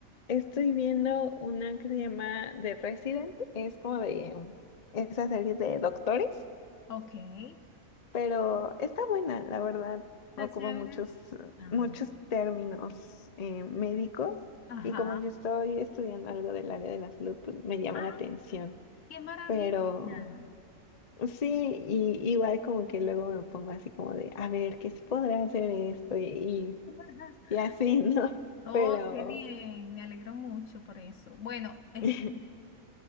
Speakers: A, on the left; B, on the left.
A: estoy viendo una que se llama The Resident, es como de um, esa serie de doctores.
B: Ok, está
A: Pero está buena, la verdad.
B: chévere.
A: Ocupa muchos,
B: Ah,
A: muchos términos eh, médicos
B: ajá.
A: y como yo estoy estudiando algo del área de la salud, pues me llama
B: Ah.
A: la atención.
B: ¡Qué maravilla!
A: Pero sí, y, igual como que luego me pongo así como de, a ver, ¿qué se podrá hacer esto? Y, y,
B: <laughs>
A: y así, <laughs> ¿no?
B: Oh,
A: Pero,
B: qué bien, me alegro mucho por eso. Bueno, este,
A: <laughs>